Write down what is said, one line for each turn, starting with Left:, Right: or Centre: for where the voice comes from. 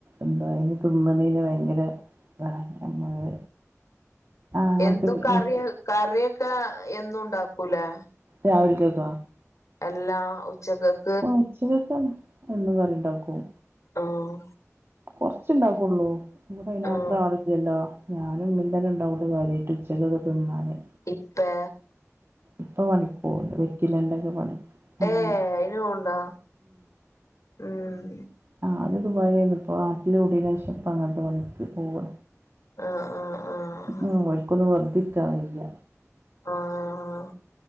Right: എന്താ ഇനി തിന്നതിന് ഭയ്ങ്കര ഇതാണ് നമ്മള് ആഹ് അങ്ങനത്തെ
Left: എന്തു കറി
Right: മറ്റ്
Left: കറിയൊക്കെ എന്നും ഇണ്ടാക്കൂലേ
Right: രാവിൽക്കെക്കോ
Left: അല്ലാ ഉച്ചകക്കോ
Right: ഉച്ചക <unintelligible> എന്നും കറി ഇണ്ടാക്കും
Left: ആഹ്
Right: കൊർച്ച്ണ്ടാകൊള്ളൂ <unintelligible> അയ്നാത്ര
Left: ആഹ്
Right: ആളിലല്ലോ ഞാനും ഇമ്മിം തന്നെ ഇണ്ടാകൊള്ളുകാര്യയ്ട്ട് ഉച്ചകക്ക് തിന്നാന്
Left: ഇപ്പേ
Right: ഇപ്പ പണിക്കോവ്ണ്ട്‌ വെറ്റിലേ ണ്ടൊക്കെ പണിക്ക് അങ്ങനെ
Left: ഏ അയ്ന് പോക്ണ്ടോ ഉം
Right: ആ ആദ്യ ദുബായിലാരുന്നു ഇപ്പോൾ ആട്ടിൻ്റെ കൂടിയനു ശേഷം ഇപ്പം അങ്ങനത്തെ പണിക്ക് പോവാ
Left: ആഹ് ആഹ് ആഹ്
Right: ഉം ഓൽക്കൊന്നും വെറുതെ ഇരിക്കാൻ കഴിയില്ല
Left: ആഹ്